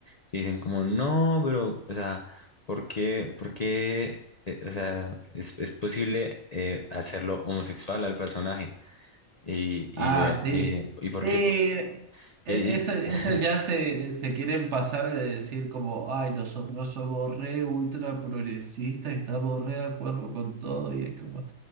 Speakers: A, on the left; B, on the right.
A: que dicen como, no, pero, o sea, ¿por qué, por qué, eh, o sea, es, es posible eh, hacerlo homosexual al personaje? Y, y,
B: Ah,
A: yo-
B: sí.
A: y, dice, ¿y por
B: Sí,
A: qué?
B: e- eso,
A: Y, y-
B: eso
A: <laughs>
B: ya se, se quieren pasar de decir como, ay, nosotros somos re ultra progresistas, estamos re de acuerdo con todo y es como,